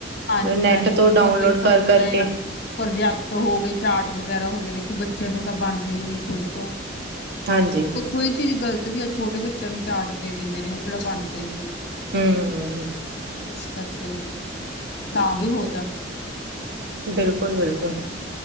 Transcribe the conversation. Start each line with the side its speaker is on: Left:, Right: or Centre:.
Left: ਹਾਂਜੀ
Right: ਨੈੱਟ
Left: ਹਾਂਜੀ
Right: ਤੋਂ ਡਾਊਨਲੋਡ
Left: ਹੁਣ ਦੇਖੋ
Right: ਕਰ-ਕਰ
Left: ਜਿਵੇਂ
Right: ਕੇ।
Left: ਪ੍ਰੋਜੈਕਟ ਹੋ ਗਏ ਚਾਟ ਵਗੈਰਾ ਹੋ ਗਏ ਦੇਖੋ ਬੱਚਿਆਂ ਤੋਂ ਤਾਂ ਬਨਦਾ ਈ ਨੀ ਖੁਦ ਤੋਂ।
Right: ਹਾਂਜੀ।
Left: ਓਈ ਚੀਜ਼ ਗ਼ਲਤ ਵੀ ਆ ਛੋਟੇ ਬੱਚਿਆਂ ਨੂੰ ਚਾਰਟ ਦੇ ਦਿੰਦੇ ਨੇ ਓ ਕੇੜਾ ਬਨਦੇ ਨੇ।
Right: ਹੂੰ।
Left: ਇਸ ਕਰਕੇ, ਤਾਂ ਵੀ ਹੋ ਜਾਂ
Right: ਬਿਲਕੁਲ-ਬਿਲਕੁਲ।